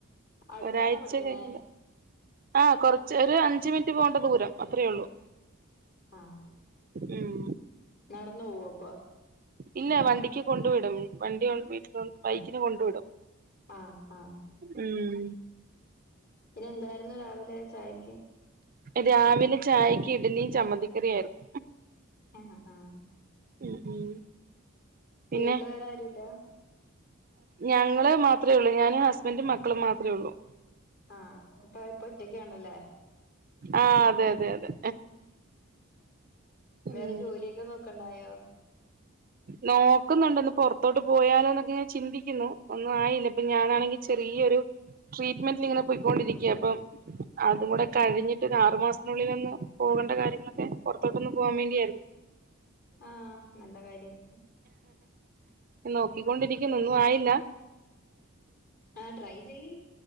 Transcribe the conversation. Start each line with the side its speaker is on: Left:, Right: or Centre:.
Left: അടുത്താണോ
Right: ഒരാഴ്ച
Left: പഠിക്ക്ണേ
Right: കഴിഞ്ഞല്ല ആഹ് കുറച്ച് ഒരു അഞ്ച് മിനിറ്റ് പോവേണ്ട ദൂരം അത്രേ ഉള്ളൂ
Left: ആഹ്
Right: ഉം
Left: നടന്ന് പോവോ അപ്പൊ
Right: ഇല്ല വണ്ടിക്ക് കൊണ്ടു വിടും വണ്ടിയു വീട്ടിലും ബൈക്കിന് കൊണ്ടു വിടും
Left: ആഹ് ആഹ്
Right: ഉം
Left: പിന്നെ എന്തായിരുന്നു രാവിലെ ചായക്ക്
Right: രാവിലെ ചായക്ക് ഇഡലിം ചമ്മന്തിക്കറിയായിരുന്നു
Left: ആണോ ആഹ്
Right: ഉം ഉം
Left: ഇപ്പം
Right: പിന്നെ
Left: വീട്ടില് വേറെ ആരും ഇല്ല
Right: ഞങ്ങള് മാത്രേ ഉള്ളൂ ഞാന് ഹസ്ബൻഡും മക്കളും മാത്രേ ഉള്ളു
Left: ആഹ് അപ്പൊ ഇപ്പൊ ഒറ്റക്കാണല്ലേ
Right: ആഹ് അതെ അതെ അതെ ഉം
Left: വേറെ ജോലിയൊക്കെ നോക്കണ്ടായോ
Right: നോക്കുന്നുണ്ട്ന്ന് പൊറത്തോട്ട് പോയാലോ എന്നൊക്കെ ചിന്തിക്കുന്നു ഒന്നും ആയില്ല ഇപ്പൊ ഞാാനാണെങ്കി ചെറിയൊരു ട്രീറ്റ്മെന്റിലിങ്ങനെ പോയിക്കൊണ്ടിരിക്ക അപ്പം അതും കൂടെ കഴിഞ്ഞിട്ട് ഒര് ആറു മാസത്തിനുള്ളിലൊന്ന് പോവേണ്ട കാര്യങ്ങളൊക്കെ പൊറത്തോട്ടൊന്ന് പോവാൻ വേണ്ടിയായിരുന്നു
Left: ആഹ് നല്ല കാര്യം
Right: നോക്കിക്കൊണ്ടിരിക്കുന്നു ഒന്നും ആയില്ല
Left: ആഹ് ട്രൈ ചെയ്യ്